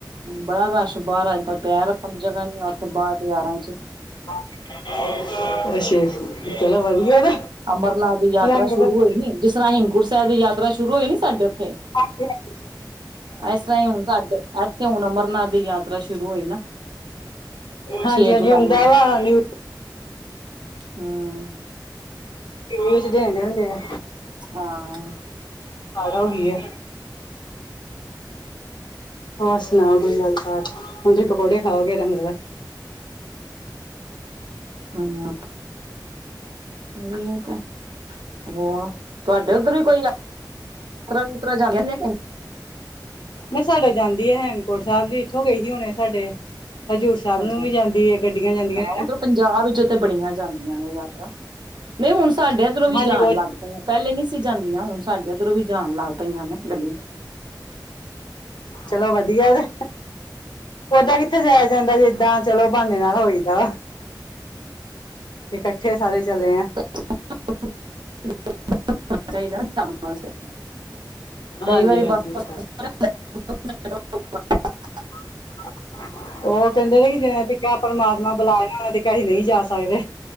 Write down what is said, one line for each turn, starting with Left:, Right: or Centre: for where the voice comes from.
Right: ਬੜਾ ਰਸ਼ ਬਾਰ ਅੱਜ-ਕੱਲ ਪੈਰ ਰੱਖਣ ਦੀ ਜਗ੍ਹਾ ਨੀ ਔਥੇ ਬਾਰ ਬਜ਼ਾਰਾਂ ਚ।
Left: ਅੱਛਾ ਅੱਛਾ, ਚਲੋ ਵਧੀਆ ਨਾ।
Right: ਅਮਰਨਾਥ ਦੀ ਯਾਤਰਾ
Left: ਰੰਗ
Right: ਸ਼ੁਰੂ ਹੋਈ ਨੀ ਜਿਸ ਤਰ੍ਹਾਂ ਹੇਮਕੁਟ ਸੈਬ ਦੀ ਯਾਤਰਾ ਸ਼ੁਰੂ ਹੋਈ ਨੀ ਸਾਡੇ ਔਥੇ।
Left: ਹਾਂਜੀ ਹਾਂਜੀ ਜੀ
Right: ਐਸ ਤਰ੍ਹਾਂ ਈ ਹੁਣ ਸਾਡੇ ਐਥੇ ਹੁਣ ਅਮਰਨਾਥ ਦੀ ਯਾਤਰਾ ਸ਼ੁਰੂ ਹੋਈ ਨਾ।
Left: ਹਾਂਜੀ
Right: ਛੇ
Left: ਹਾਂਜੀ,
Right: ਜੁਲਾਈ
Left: ਹੂੰਦੈ ਵਾ ਨਿਊ
Right: ਹਾਂ।
Left: ਨਿਉਜ ਦੇੰਦੇ ਹੁੰਦੇ ਐ।
Right: ਹਾਂ।
Left: ਹੋਗੀ ਏ। ਹੋਰ ਸੁਣਾਓ ਕੋਈ ਗੱਲਬਾਤ? ਹਾਂਜੀ, ਪਕੌੜੇ ਖਾਓਗੇ ਮਨੂੰ ਲਗਦਾ
Right: ਹਨਾ, ਓਈਓ ਤੇ। ਹੋਰ ਤੁਆਡੇ ਓਧਰ ਵੀ ਕੋਈ ਯਾ ਯਾਤਰਾ ਯੂਤਰਾ ਜਾਂਦੀ ਐ ਕਿ ਨਈ?
Left: ਨਈ ਸਾਡੇ ਜਾਂਦੀ ਏ ਹੇਮਕੂੰਟ ਸੈਬ ਦੀ, ਇੱਥੋਂ ਗਈ ਸੀ ਹੁਣੇ ਸਾਡੇ। ਹਜ਼ੂਰ ਸਾਬ ਨੂੰ
Right: ਅੱਛਾ
Left: ਵੀ ਜਾਂਦੀ ਏ, ਗੱਡੀਆਂ ਜਾਂਦੀਆਂ
Right: ਹਾਂ
Left: ਨੇ
Right: ਉਧਰ
Left: ਨਾ।
Right: ਪੰਜਾਬ ਵਿਚੋਂ ਤੇ ਬੜੀਆਂ ਜਾਂਦੀਆਂ ਨੇ ਯਾਤਰਾ। ਨਈ, ਹੁਣ ਸਾਡੇ ਐਧਰੋਂ ਵੀ
Left: ਹਾਂਜੀ
Right: ਜਾਣ
Left: ਬਹੁਤ
Right: ਲੱਗ ਪ ਇਆ ਪੈਲੇ ਨੀ ਸੀ ਜਾਂਦੀਆਂ ਹੁਣ ਸਾਡੇ ਐਧਰੋਂ ਵੀ ਜਾਣ ਲੱਗ ਪਈਆਂ ਨੇ ਗੱਡੀਆਂ।
Left: ਚਲੋ ਵਧੀਆ ਜੇ ਓਦਾਂ ਕਿੱਥੇ ਜਾਯਾ ਜਾਂਦੈ ਜੇ ਇਦਾ ਚਲੋ ਬ੍ਹਾਨੇ ਨਾਲ ਹੋਈਦਾ। ਤੇ ਕੱਠੇ ਸਾਰੇ ਚਲੇ ਆ।
Right: <unintelligible> ਚਾਈਦੈ ਨਾ ਜਾਣ ਵਾਸਤੇ। ਕਈ
Left: ਹਾਂਜੀ-ਹਾਂਜੀ,
Right: ਵਾਰੀ ਬ
Left: ਓ ਤਾ ਐ
Right: <inaudible>
Left: <inaudible> ਓਹ ਕੈੰਦੇ ਨੇ ਕਿ ਜੇ ਤੇ ਕਿਆ ਪਰਮਾਤਮਾ ਬੁਲਾਏ ਗਾ ਓਦੇ ਤੀਕ ਅਸੀ ਨਈ ਜਾ ਸਕਦੇ।